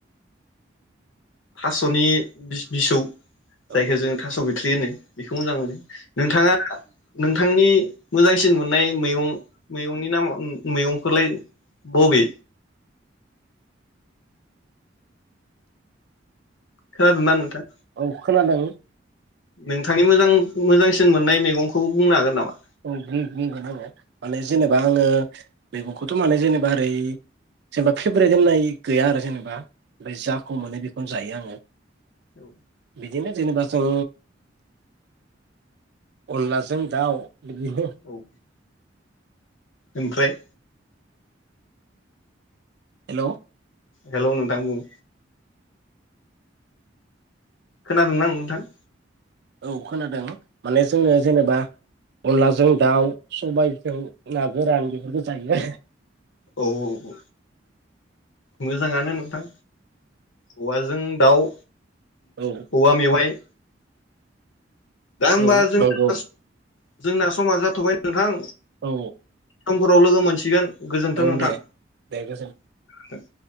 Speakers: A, on the left; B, on the right.
A: थास'नि बिस बिसौ
B: औ
A: जायखौ जोङो थास' बिथ्रि होनो बेखौ मोजां मोनो नोंथाङा। नोंथांनि मोजांसिन मोननाय मैगं मैगंनि नामा मैगंखौलाय बबे? खोनादों ना नोंथां?
B: औ खोनादों
A: नोंथांनि मोजां मोजांसिन मोननाय मैगंखौ बुंनो हागोन नामा?
B: औ बुं बुंगोन आङो माने जेनेबा आङो मैगंखौथ' माने जेनेबा ओरै जेनेबा फेभ्रेट होननाय गैया आरो जेनेबा ओमफ्राय जाखौ मोनो बेखौनो जायो आङो।
A: औ।
B: बिदिनो जेनेबा जों अनलाजों दाउ। बिदिनो।
A: औ ओमफ्राय।
B: हेलौ।
A: हेलौ नोंथां बुं। खोनादों ना नोंथां?
B: औ खोनादों माने जोङो जेनेबा अनलाजों दाउ सबायजों ना गोरान बेफोरखौ जायो।
A: औ औ मोजाङानो नोंथां औवाजों दाउ।
B: औ
A: औवा मेवाय। दा होमबा
B: औ
A: जों
B: नंगौ
A: <unintelligible> जोंना समा जाथ'बाय नोंथां।
B: औ।
A: समफोराव लोगो मोनसिगोन। गोजोनथों
B: औ
A: नोंथां।
B: दे दे गोजोन
A: <inaudible>